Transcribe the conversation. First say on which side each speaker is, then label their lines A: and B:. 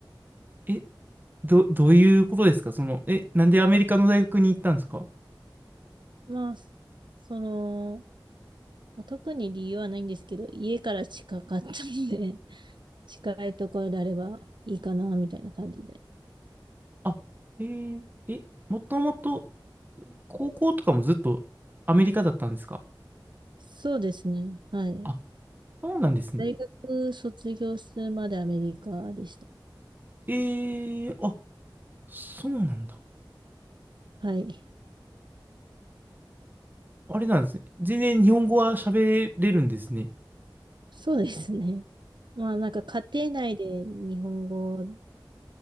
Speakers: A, on the right; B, on the right.
A: え、ど、どういうことですかその、え、なんでアメリカの大学に行ったんですか
B: まあ、その、まあ特に理由はないんですけど、家から近かったので、<laughs> 近いところであればいいかな、みたいな感じで。
A: あ、えーえ、もともと高校とかもずっとアメリカだったんですか
B: そうですね。はい。
A: あ、そうなんですね。
B: 大学卒業するまでアメリカでした。
A: えー、あ、そうなんだ。
B: はい。
A: あれなんですね。全然日本語は喋れるんですね。
B: そうですね。<laughs> まあなんか家庭内で日本語を